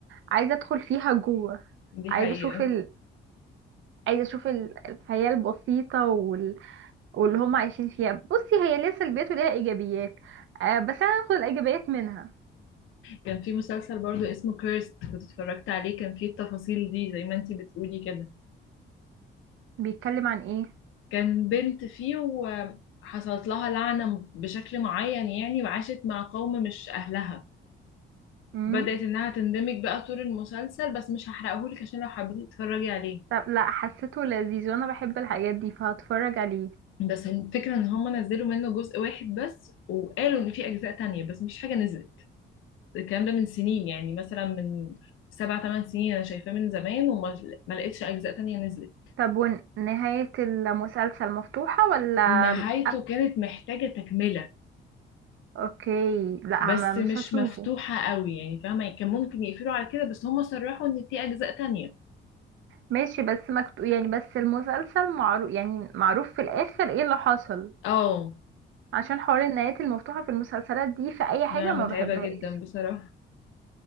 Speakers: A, on the right (about 75°); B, on the left (about 85°).
A: عايزه ادخل فيها جوه
B: دي
A: عايزه
B: حقيقة
A: اشوف ال... عايزه اشوف ال- الحياه البسيطه وال... واللي هم عايشين فيها بصي هي ليها سلبيات وليها ايجابيات آه بس انا هاخد الايجابيات منها
B: كان في مسلسل برضو اسمه كيرست كنت اتفرجت عليه كان فيه التفاصيل دي زي ما انتي بتقولي كده
A: بيتكلم عن ايه
B: كان بنت فيه وحصلت لها لعنة بشكل معين يعني وعاشت مع قوم مش أهلها
A: امم
B: بدأت إنها تندمج بقى طول المسلسل بس مش هحرقهولك عشان لو حبيتي تتفرجي عليه
A: طب لا حسيته لذيذ وانا بحب الحاجات دي فهتفرج عليه
B: بس الفكرة إن هما نزلوا منه جزء واحد بس وقالوا إن في أجزاء تانية بس مش حاجة نزلت الكلام ده من سنين يعني مثلا من سبع تمن سنين أنا شايفاه من زمان وما ما لقيتش أجزاء تانية نزلت
A: طب ونهاية المسلسل مفتوحة ولا
B: نهايته
A: قف-
B: كانت محتاجة تكملة
A: اوكي لا
B: بس
A: ما مش
B: مش
A: هشوفه
B: مفتوحة قوي يعني فاهمة يعني كان ممكن يقفلوا على كده بس هما صرحوا إن في أجزاء تانية
A: ماشي بس مكتو... يعني بس المسلسل معروف يعني معروف في الاخر ايه اللي حصل
B: اه
A: عشان حوار النهايات المفتوحة في المسلسلات دي في اي حاجة
B: لا
A: ما
B: متعبة
A: بحبهاش
B: جدا بصراحة